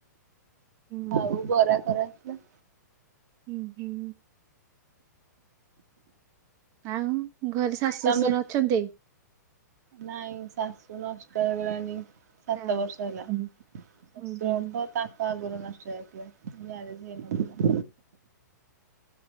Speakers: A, on the right; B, on the right.
A: ହୁଁ
B: ଆଉ ବରା କରା ହେଇଥିଲା।
A: ହୁଁ ହୁଁ। ଆଉ ଘରେ ଶାଶୁ
B: ତମେ
A: ଶଶୁର ଅଛନ୍ତି?
B: ନାଇଁ ଶାଶୁ ନଷ୍ଟ ହେଇଗଲାନି। ସାତ
A: ହଁ
B: ବର୍ଷ ହେଲା
A: ହୁଁ
B: ଶଶୁର
A: ହୁଁ
B: ତ ତା ତା ଆଗରୁ ନଷ୍ଟ ହେଇ ଯାଇଥିଲେ ମ୍ୟାରେଜ ହେଇନଥିଲା।